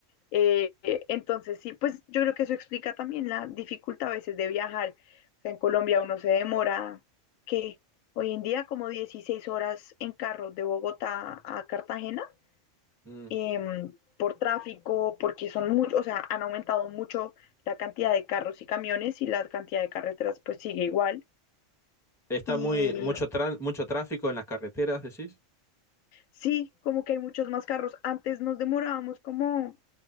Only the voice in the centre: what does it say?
mm.
Está
muy, mucho, trán- mucho tráfico en las carreteras, decís.